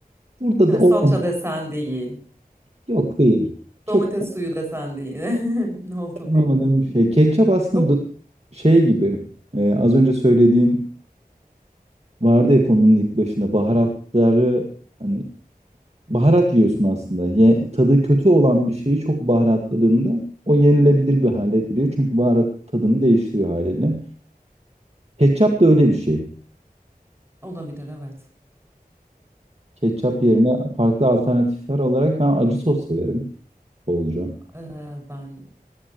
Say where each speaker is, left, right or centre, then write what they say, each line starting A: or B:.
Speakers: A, on the right; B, on the right.
A: burada
B: Yani
A: da olmam.
B: salça desen değil.
A: Yok değil. Çok
B: Domates suyu desen değil. <laughs> Ne oldu
A: anlamadığım
B: belli değil.
A: bir şey. Ketçap aslında
B: Çok
A: do- şey gibi. e, az önce söylediğin vardı ya konunun ilk başında baharatları hani baharat yiyorsun aslında. Ye- tadı kötü olan bir şeyi çok baharatladığında o yenilebilir bir hale geliyor. Çünkü baharat tadını değiştiriyor haliyle. Ketçap da öyle bir şey.
B: olabilir evet.
A: Ketçap yerine farklı alternatifler olarak ben acı sos severim bolca.
B: Ee, ben